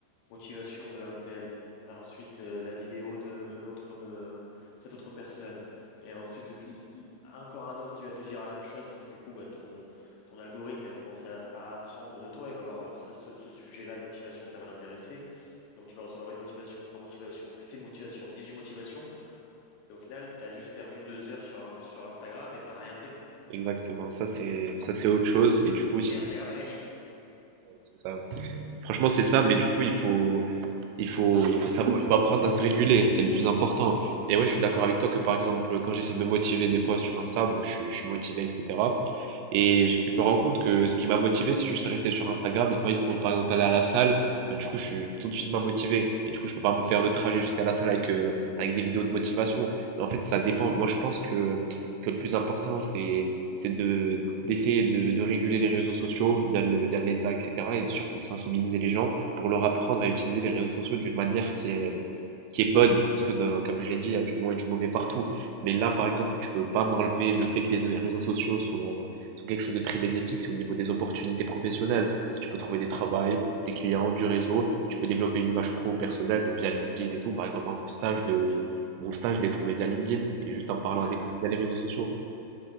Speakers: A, on the left; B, on the right.
A: motivation de un tel, Ah, ensuite euh, la vidéo de l'autre, euh, cette autre personne, et ensuite le- le- encore un autre qui va te dire la même chose parce que du coup, bah, ton, ton algorithme il va commencer à, à apprendre de toi, il va voir, bah, alors ça, ce, ce sujet-là de motivation, ça va l'intéresser, donc tu vas recevoir une motivation, trois motivations, six motivations, 18 motivations, et au final, tu as juste perdu deux heures sur, un- sur Instagram et t'as rien fait.
B: Exactement. Ça, c'est, ça, c'est autre chose. Et du coup, aussi,
A: Mais Instagram a gagné.
B: c'est ça. Franchement, c'est ça. Mais du coup, il faut il faut, il faut savoir, il faut apprendre à se réguler, c'est le plus important. Et ouais, je suis d'accord avec toi que par exemple, quand j'essaie de me motiver des fois sur Insta, donc je, je suis motivé, etc. Et je, je me rends compte que ce qui m'a motivé, c'est juste rester sur Instagram. Et quand il faut par exemple aller à la salle, bah, du coup, je suis tout de suite moins motivé. Et du coup, je peux pas me faire le trajet jusqu'à la salle avec, euh, avec des vidéos de motivation. Mais en fait, ça dépend. Moi, je pense que, que le plus important, c'est c'est de d'essayer de, de réguler les réseaux sociaux via, le- via de l'État, etc. Et surtout de sensibiliser les gens pour leur apprendre à utiliser les réseaux sociaux d'une manière qui est, qui est bonne, parce que dans- comme je l'ai dit, il y a du bon et du mauvais partout. Mais là, par exemple, où tu peux pas m'enlever le fait que les réseaux sociaux sont, euh, sont quelque chose de très bénéfique, c'est au niveau des opportunités professionnelles. Tu peux trouver des travails, des clients, du réseau, tu peux développer une image pro personnelle, donc via LinkedIn et tout. Par exemple, moi, mon stage de, mon stage, je l'ai trouvé via LinkedIn, et juste en parlant
A: D'accord.
B: à des via les réseaux sociaux.